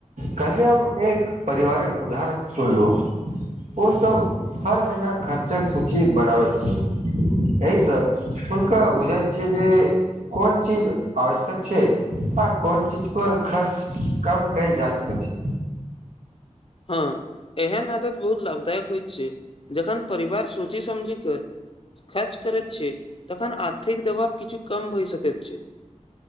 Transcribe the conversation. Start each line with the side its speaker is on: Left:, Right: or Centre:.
Right: कहलीए हम एक परिवारक उदाहरण सुनलू ओसभ हर महीना खर्चक सूची बनाबैत छी यहि सँ हुनका बुझाइत छियै जे कोन चीज आवश्यक छै आ कोन चीज पर खर्च कम कयल जा सकैत छै
Left: हँ एहेन आदत बहुत लाभदायक हो से जखन परिवार सोची समझि कऽ खर्च करैत छी तखन आर्थिक दबाव किछु कम भइ सकैत छी